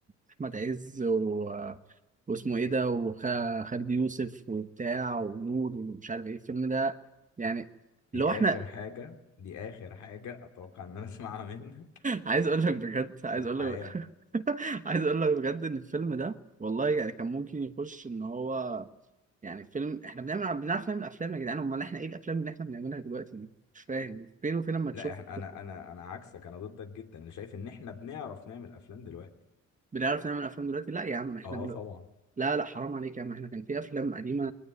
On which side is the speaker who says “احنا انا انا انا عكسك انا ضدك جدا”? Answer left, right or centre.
Left